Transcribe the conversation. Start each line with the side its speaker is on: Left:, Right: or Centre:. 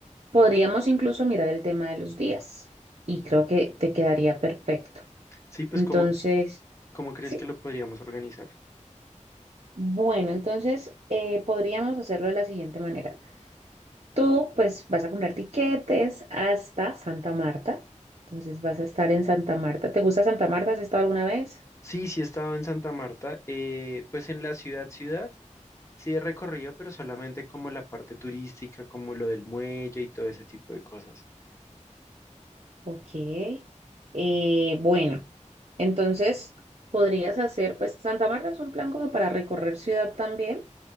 Right: podríamos incluso mirar el tema de los días y creo que te quedaría perfecto.
Left: Sí, pues
Right: Entonces,
Left: ¿cómo, cómo crees
Right: sí,
Left: que lo podríamos organizar?
Right: bueno, entonces eh, podríamos hacerlo de la siguiente manera. Tú pues vas a comprar tiquetes hasta Santa Marta, entonces vas a estar en Santa Marta. ¿Te gusta Santa Marta? ¿Has estado alguna vez?
Left: Sí, sí he estado en Santa Marta, eh, pues en la ciudad, ciudad, sí he recorrido, pero solamente como la parte turística, como lo del muelle y todo ese tipo de cosas.
Right: Ok. Eh, bueno, entonces podrías hacer, pues Santa Marta es un plan como para recorrer ciudad también,